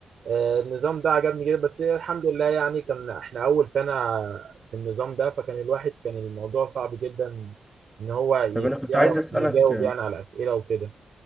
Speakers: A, on the right; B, in the centre.
A: آه، النظام ده عجبني جدا بس الحمد لله يعني كان احنا اول سنة في النظام ده فكان الواحد كان الموضوع صعب جدا ان هو ي-
B: طب انا كنت
A: يعرف
B: عايز اسالك
A: يجاوب يعني على اسئلة وكده